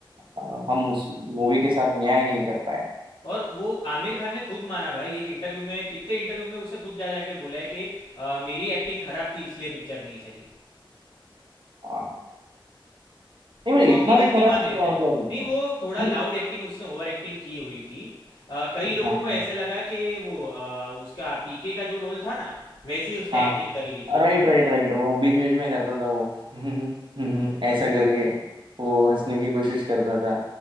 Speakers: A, on the right; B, on the left.
A: अ, हम उस मूवी के साथ न्याय नहीं कर पाए
B: और वो आमिर खान ने खुद माना भाई एक इंटरव्यू में कितने इंटरव्यू में उसने खुद जा जाके बोला है कि अ, मेरी एक्टिंग खराब थी इसलिए पिक्चर नहीं चली
A: हाँ नहीं
B: तो
A: मतलब
B: वो अपनी
A: इतना
B: गलती
A: भी खराब
B: मान लेता
A: नहीं था
B: है
A: मतलब
B: नहीं वो थोड़ा
A: नहीं,
B: लाउड एक्टिंग उसने ओवर एक्टिंग की हुई थी अ, कई
A: हाँ
B: लोगों
A: हाँ।
B: को ऐसे लगा कि वो अ, उसका पीके का जो रोल था ना वैसी उसने
A: हाँ
B: एक्टिंग कर ली थी उसके
A: राइट
B: अंदर
A: राइट राइट वो बीच बीच में करता था वो <laughs> ऐसा करके वो हंसने की कोशिश करता था